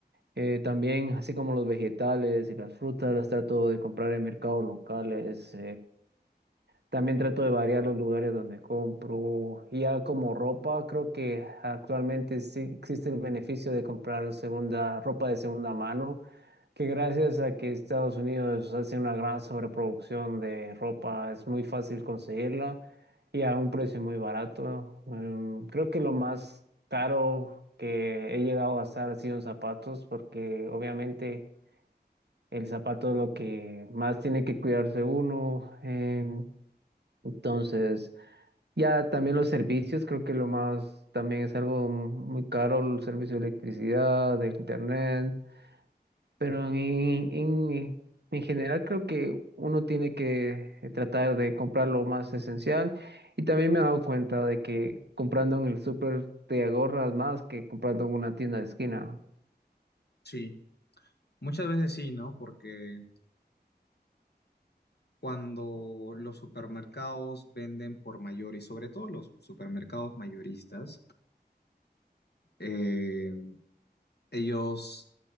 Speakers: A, on the right; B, on the left.
A: Eh, también, así como los vegetales y las frutas, las trato de comprar en mercados locales, también trato de variar los lugares donde compro. Y Ya como ropa, creo que actualmente sí existe el beneficio de comprar segunda, ropa de segunda mano, que gracias a que Estados Unidos hace una gran sobreproducción de ropa, es muy fácil conseguirla y a un precio muy barato. Em, creo que lo más caro que he llegado a gastar ha sido en zapatos, porque obviamente el zapato es lo que más tiene que cuidarse uno. em, entonces, ya también los servicios, creo que lo más también es algo muy caro, el servicio de electricidad, del internet, pero en, en, en general creo que uno tiene que eh, tratar de comprar lo más esencial y también me he dado cuenta de que comprando en el súper te ahorras más que comprando en una tienda de esquina.
B: Sí, muchas veces sí, ¿no? Porque cuando los supermercados venden por mayor y sobre todo los supermercados mayoristas, eh, ellos